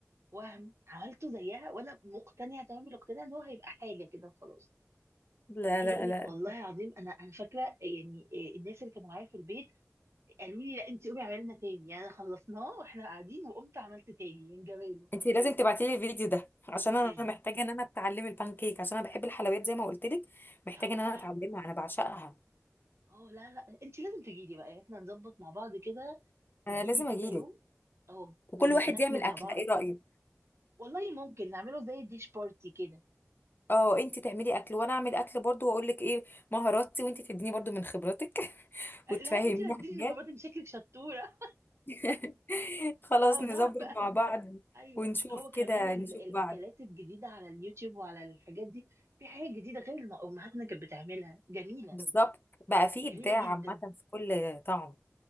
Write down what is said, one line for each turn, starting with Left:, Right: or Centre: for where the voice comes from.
Right: وهم عملته زيها وانا مقتنعه تمام الاقتناع ان هو هيبقى حاجه كده وخلاص
Left: لا
Right: عايزه
Left: لا
Right: اقول لك
Left: لا
Right: والله العظيم انا انا فاكره يعني إيه، الناس اللي كانوا معايا في البيت قالوا لي لا انت قومي اعملي لنا تاني يعني خلصناه واحنا قاعدين وقمت عملت تاني من جماله
Left: انت لازم تبعتيلي الفيديو ده عشان انا
Right: لازم
Left: محتاجة ان انا اتعلم البانكيك عشان انا بحب الحلويات زي ما قلت لك محتاجة
Right: ده هو
Left: ان
Right: تحفه
Left: انا اتعلمها انا بعشقها
Right: اه لا لا انت لازم تجي لي بقى يعني احنا نظبط مع بعض كده تجي
Left: انا لازم
Right: لي كده
Left: اجيلك
Right: يوم اه
Left: وكل
Right: ن- ن-
Left: واحد
Right: ناكله
Left: يعمل
Right: مع
Left: اكله
Right: بعض
Left: ايه رايك
Right: والله ممكن نعمله زي الديش بارتي كده
Left: اه انت تعملي اكل وانا اعمل اكل برضو واقول لك ايه مهاراتي وانت تديني برضو من خبرتك <laughs>
Right: لا
Left: وتفهميني
Right: انت اللي هتديني
Left: حاجات
Right: خبرات انت شكلك شطوره
Left: <laughs> خلاص
Right: فهنقعد
Left: نظبط
Right: بقى
Left: مع بعض
Right: ايوه
Left: ونشوف
Right: هو كمان
Left: كده
Right: ال-
Left: نشوف
Right: الاكلات
Left: بعض
Right: الجديده على اليوتيوب وعلى الحاجات دي في حاجات جديده غير اللي امهاتنا كانت بتعملها جميله
Left: بالظبط بقى في
Right: جميله
Left: ابداع
Right: جدا
Left: عامه في كل طعم